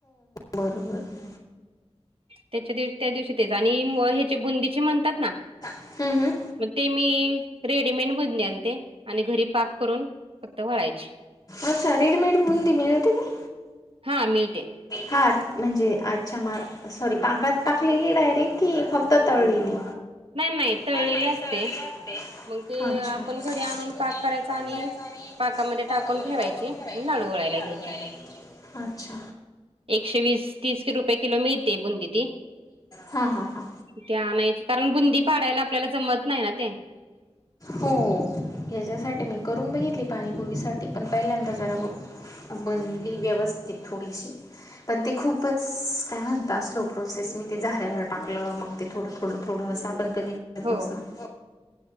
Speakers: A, on the left; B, on the right.
A: बरं बरं ब
B: त्याच्या दिवशी त्या दिवशी तेच आणि ह्याचे बुंदीचे म्हणतात ना
A: हम् हम
B: मग ते मी रेडीमेड बन आणते आणि घरी पाक करून फक्त वळायचे
A: अच्छा रेडमेड बंदी मिळ होती की
B: हा मिळते
A: हा म्हणजे आजच्या मा सॉरी पाकात पाकलेली डायरेक्ट कि फक्त तळलेली
B: नाही तळलेले
A: नाही नाही
B: असते
A: त ला असते
B: मग ते
A: अच्छ
B: आपण
A: आणक
B: घरी आणून पाक करायचा
A: करायच आणि
B: पाकामध्ये
A: कामध्ये
B: ठेवायची
A: टाकून
B: आणि
A: फरायचीडूला
B: लाडू वळायला घ्यायचे
A: घ्याय्छ
B: एकशे वीस तीस की रुपये किलो मिळते बणंद त
A: हां हां हां
B: ते आणयच कारण बुंदी पाडायला आपल्याला जमत नाही ना ते
A: हो याच्यासाठी मी करून बघितली पाणीपुरी साठी पण पहिल्यांदा जरा बघ बनली व्यवस्थित थोडीशी पण ते खूपच काय म्हणतात स्लो प्रोसेस मी ते झाऱ्यावर टाकलं मग ते थोडं थोडं थोडं असं आपण कधी करत
B: हो
A: बसणार